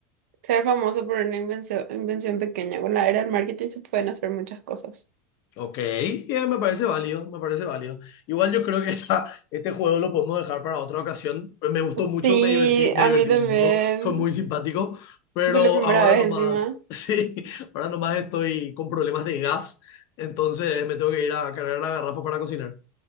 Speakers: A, on the right; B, on the left.
A: Ser famoso por una invención, invención pequeña. Con la era del marketing se pueden hacer muchas cosas.
B: Ok, bien, me parece válido, me parece válido. Igual yo creo que <laughs> esta- este juego lo podemos dejar para otra ocasión. Me gustó mucho,
A: Sí,
B: me divertí, me
A: a
B: divertí
A: mí también.
B: muchísimo, fue muy simpático, pero
A: Fue la primera
B: ahora
A: vez
B: nomás,
A: encima.
B: <laughs> sí, ahora nomás estoy con problemas de gas, entonces me tengo que ir a cargar la garrafa para cocinar.